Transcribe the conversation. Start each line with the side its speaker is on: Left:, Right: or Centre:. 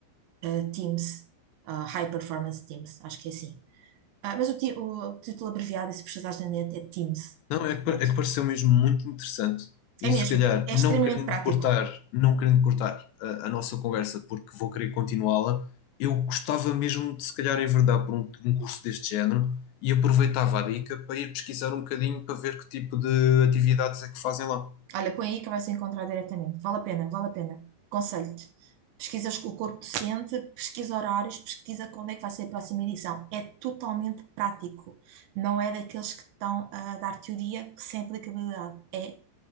Right: eh, Teams, ah, High Performance Teams, acho que é assim. Ah, mas o, ti- o título abreviado, e se precisares na net, é Teams.
Left: Não, é
Right: E
Left: que,
Right: pronto.
Left: pa- é que pareceu mesmo muito interessante. E
Right: É
Left: se
Right: mesmo.
Left: calhar,
Right: É
Left: não
Right: extremamente
Left: querendo
Right: prático.
Left: cortar, não querendo cortar a, a nossa conversa, porque vou querer continuá-la, eu gostava mesmo de se calhar enverdar por um, um curso deste género e aproveitava a dica para ir pesquisar um bocadinho para ver que tipo de atividades é que fazem lá.
Right: Olha, põe aí que vais encontrar diretamente. Vale a pena, vale a pena. Aconselho-te. Pesquisas o corpo docente, pesquisa horários, pesquisa quando é que vai ser a próxima edição. É totalmente prático. Não é daqueles que estão a dar teoria que sem aplicabilidade. É,